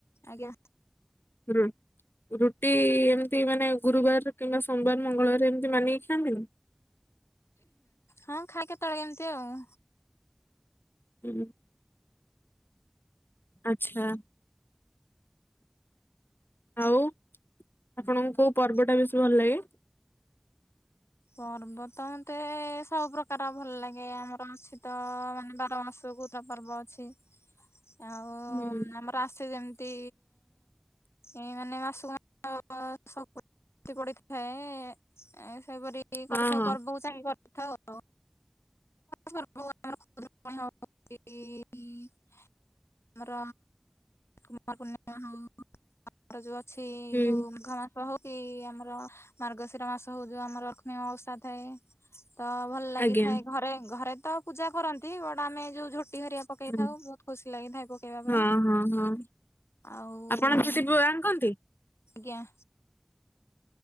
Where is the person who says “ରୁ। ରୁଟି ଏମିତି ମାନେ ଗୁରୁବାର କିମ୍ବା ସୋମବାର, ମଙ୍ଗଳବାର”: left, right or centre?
Left